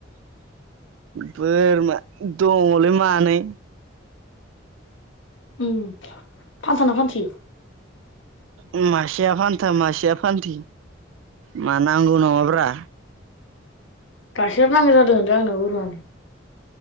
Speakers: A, on the right; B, on the left.
A: बोरमा दङलै मानै
B: उम फान्थाना फान्थि?
A: उम मासिया फान्था मासिया फान्थि मा नांगौ नामाब्रा?
B: गाखेर नांगौ जादों लै आंनो बोरमानि